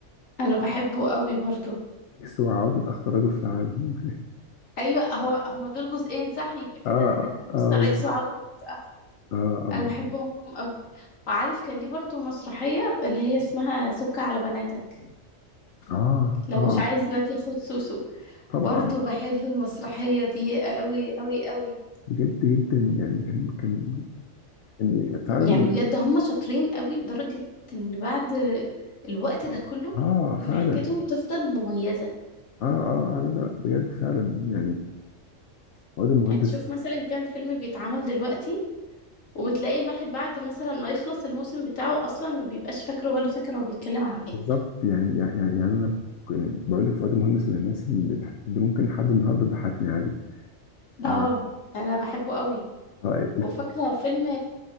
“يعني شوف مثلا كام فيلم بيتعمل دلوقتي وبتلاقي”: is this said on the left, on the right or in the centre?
Left